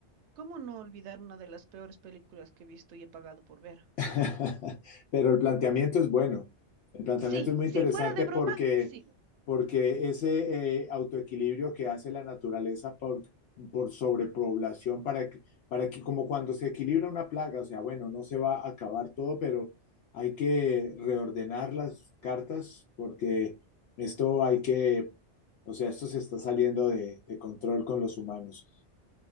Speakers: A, on the right; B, on the left.
A: ¿Cómo no olvidar una de las peores películas que he visto y he pagado por ver?
B: <laughs> Pero el planteamiento es bueno. El planteamiento
A: Sí,
B: es muy interesante
A: sí, fuera de broma,
B: porque,
A: sí.
B: porque ese eh, autoequilibrio que hace la naturaleza por, por sobrepoblación, para que, para que, como cuando se equilibra una plaga, o sea, bueno, no se va a acabar todo, pero hay que reordenar las cartas porque esto hay que, o sea, esto se está saliendo de, de control con los humanos.